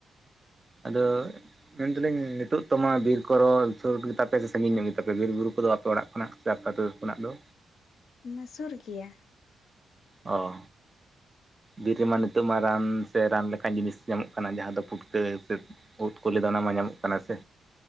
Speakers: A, on the right; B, on the left.
A: ᱟᱫᱚ ᱢᱮᱱ ᱫᱟᱞᱤᱧ ᱱᱤᱛᱳᱜ ᱛᱚᱢᱟ ᱵᱤᱨ ᱠᱚᱨᱚ ᱥᱩᱨ ᱜᱮᱛᱟ ᱯᱮ ᱥᱮ ᱥᱟᱺᱜᱤᱧ ᱧᱚᱜ ᱜᱮᱛᱟ ᱯᱮ ᱵᱤᱨ ᱵᱩᱨᱩ ᱠᱚᱫᱚ ᱟᱯᱮ? ᱚᱲᱟᱜ ᱠᱷᱚᱱᱟᱜ ᱥᱮ ᱟᱯᱮ ᱟᱛᱳ ᱠᱷᱚᱱᱟᱜ ᱫᱚ?
B: ᱚᱱᱟ ᱥᱩᱨ ᱜᱮᱭᱟ ᱾
A: ᱚ ᱾ ᱵᱤᱨ ᱨᱮᱢᱟ ᱱᱤᱛᱚᱜ ᱢᱟ ᱨᱟᱱ ᱥᱮ ᱨᱟᱱ ᱞᱮᱠᱟᱱ ᱡᱤᱱᱤᱥ ᱧᱟᱢᱚᱜ ᱠᱟᱱᱟ ᱡᱟᱦᱟᱸ ᱫᱚ ᱯᱷᱩᱴᱠᱟᱹ ᱥᱮ ᱳᱫ ᱠᱚᱫᱚ ᱚᱱᱟ ᱢᱟ ᱧᱟᱢᱚᱜ ᱠᱟᱱᱟ ᱥᱮ